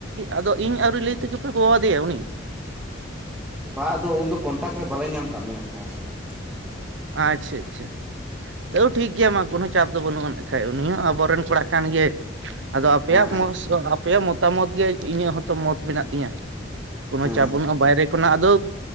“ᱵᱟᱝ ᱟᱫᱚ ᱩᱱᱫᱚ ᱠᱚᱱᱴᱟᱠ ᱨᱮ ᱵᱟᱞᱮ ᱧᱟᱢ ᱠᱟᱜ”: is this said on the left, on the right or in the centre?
Centre